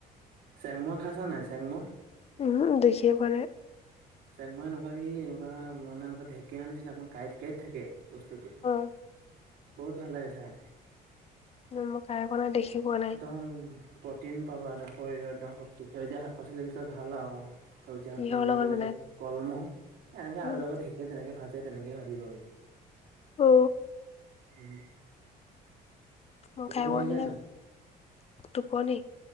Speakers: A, on the right; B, on the left.
A: চেংমৱা খাইছা নাই চেংমৱা?
B: উমহু দেখিয়ে পোৱা নাই।
A: চেংমৱা এনেকুৱা সেই এনেকুৱা মানে এনেকুৱা ঢেকীয়া নিচিনা অকমান কাঁইট কাঁইট থাকে। বস্তুটো
B: অ
A: বহুত ভাল লাগে খাই।
B: মই খাই পোৱা নাই, দেখিও পোৱা নাই।
A: উম, প্ৰটিন পাবা এটা শৰীৰত শক্তি সেউজীয়া শাক পাচলিৰ ভিতৰত ভাল আৰু। সেউজীয়া
B: কিহৰ
A: শাক-পাছলি
B: লগত
A: যেনেকে
B: বনাই
A: কলমৌ, এনেকে
B: উম
A: আলুৰ লগত ঢেকীয়া যেনেকে ভাজে তেনেকে ভাজিবি।
B: অ।
A: উম।
B: মই
A: টোপনি
B: খাই পোৱা
A: ধৰিছে
B: নাই। টোপনি